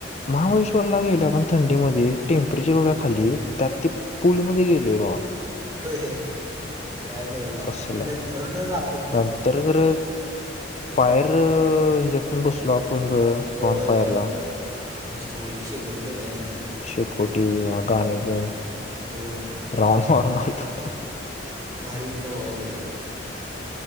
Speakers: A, on the left; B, on the right.
A: महाबळेश्वर ला गेलो आपण थंडीमधी टेम्परेचर एवढ्या खाली त्यात ते पूलमध्ये गेल दे भावा
B: होय काही नव्हच बाबा
A: कसलं
B: नंतरन रा
A: नंतर खरं फायर अ हेज्यात आपण बसलो आपण बघ
B: होय
A: बॉन फायर ला
B: मस्त वेगळी शेकोटी केलेली ती.
A: शेकोटी गाणी तेन
B: हे
A: राऊंड मारून आलो
B: भारी हुतं तवाच वेळ